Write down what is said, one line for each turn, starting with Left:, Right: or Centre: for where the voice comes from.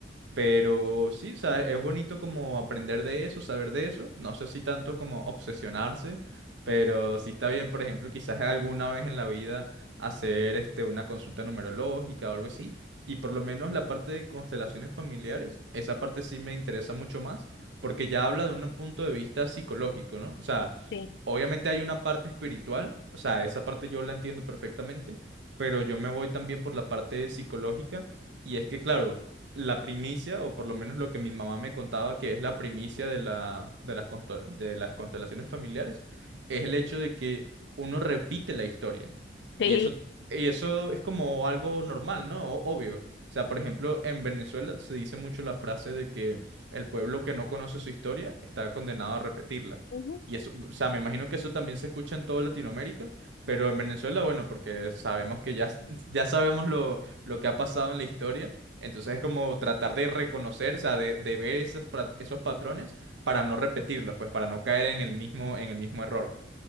Right: Pero sí, o sea, es bonito como aprender de eso, saber de eso. No sé si tanto como obsesionarse, pero sí está bien, por ejemplo, quizás alguna vez en la vida hacer este, una consulta numerológica o algo así. Y por lo menos la parte de constelaciones familiares, esa parte sí me interesa mucho más, porque ya habla de un punto de vista psicológico, ¿no? O sea,
Left: Sí.
Right: Obviamente hay una parte espiritual, o sea, esa parte yo la entiendo perfectamente, pero yo me voy también por la parte psicológica y es que, claro, la primicia, o por lo menos lo que mi mamá me contaba que es la primicia de la, de las, consto- de las constelaciones familiares, es el hecho de que uno repite la historia.
Left: Sí.
Right: Y eso, y eso es como algo normal, ¿no? O- Obvio. O sea, por ejemplo, en Venezuela se dice mucho la frase de que el pueblo que no conoce su historia está condenado a repetirla.
Left: Ujú.
Right: Y eso, o sea, me imagino que eso también se escucha en toda Latinoamérica, pero en Venezuela, bueno, porque sabemos que ya, ya sabemos lo, lo que ha pasado en la historia, entonces es como tratar de reconocer, o sea, de, de ver esos, pra- esos patrones para no repetirlos, pues para no caer en el mismo, en el mismo error.